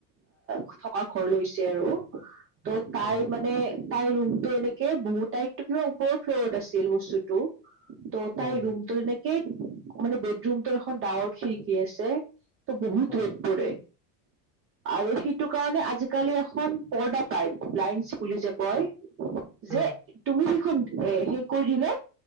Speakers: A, on the right; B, in the centre.
A: অ থকাৰ ঘৰ লৈছে আৰু। ত' তাই
B: উম
A: মানে তাইৰ ৰুমটো এনেকে বহুত তাই টো কিবা ওপৰ ফ্ল'ৰত আছিল বস্তুটো। ত' তাই
B: উম
A: ৰুমটোৰ এনেকে মানে বেডৰুমটোৰ এখন ডাৱৰ খিৰিকি আছে। ত' বহুত
B: উম
A: ৰ'দ পৰে আৰু সেইটো কাৰণে আজিকালি এখন পৰ্দা পাইপ লাইনচ বুলি যে কয়
B: উম
A: যে তুমি যিখন এ হে কৰি দিলে